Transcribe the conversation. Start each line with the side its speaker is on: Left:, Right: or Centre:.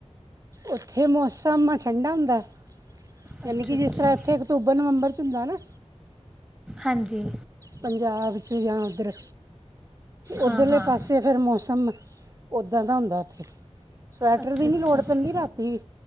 Right: ਉੱਥੇ ਮੌਸਮ ਠੰਡਾ ਹੁੰਦਾ ਯਾਨੀ
Centre: ਅੱਛਾ
Right: ਕਿ ਜਿਸ
Centre: ਅੱਛਾ
Right: ਤਰ੍ਹਾਂ ਇੱਥੇ ਅਕਤੂਬਰ ਨਵੰਬਰ ਹੁੰਦਾ ਨਾ-
Centre: ਹਾਂਜੀ।
Right: ਪੰਜਾਬ 'ਚ ਜਾਂ ਉੱਧਰ ਉੱਧਰਲੇ
Centre: ਹਾਂ ਹਾਂ
Right: ਪਾਸੇ ਫਿਰ ਮੌਸਮ- ਉੱਦਾਂ ਦਾ ਹੁੰਦਾ। ਉੱਥੇ ਸਵੈਟਰ
Centre: ਅੱਛਾ
Right: ਦੀ ਨਹੀਂ
Centre: ਅੱਛਾ
Right: ਲੋੜ
Centre: ਹੂੰ
Right: ਪੈਂਦੀ ਰਾਤੀ।